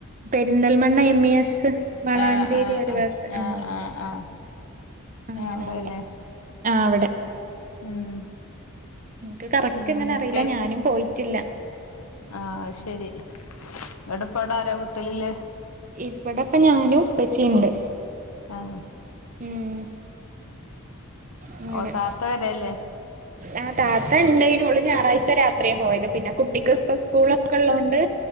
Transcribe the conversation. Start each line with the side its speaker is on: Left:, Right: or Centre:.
Right: പെരിന്തൽമണ്ണ എം ഇ എസ് വളാഞ്ചേരി
Left: ആഹ് ആഹ്
Right: അരുവത്ത്
Left: ആഹ് ആഹ്
Right: ആ
Left: ആഹ് ആഹ്
Right: അങ്ങനെ
Left: ഏഹ് അവിടെല്ലേ
Right: അവിടെ ആ അവിടെ
Left: ഉം
Right: എനിക്ക് കറക്റ്റ്
Left: പിന്നെ
Right: ഇങ്ങനെ അറിയില്ല
Left: പെര്
Right: ഞാനും പോയി ട്ടില്ല
Left: ആഹ് ശെരി അവിടെ ഇപ്പൊ അവിടെ ആരാ വീട്ടില്
Right: ഇവിടപ്പൊ ഞാനും ഉപ്പച്ചീണ്ട്
Left: ആഹ്
Right: ഉം അങ്ങനെ
Left: ഓ താത്ത വരലില്ലേ
Right: ആ താത്ത ഇണ്ടായിന്നു. ഓള് ഞായറാഴ്ച രാത്രിയ പോയത്. പിന്നെ കുട്ടിക്ക്‌ ഇപ്പൊ സ്കൂളൊക്കെ ഉള്ളോണ്ട്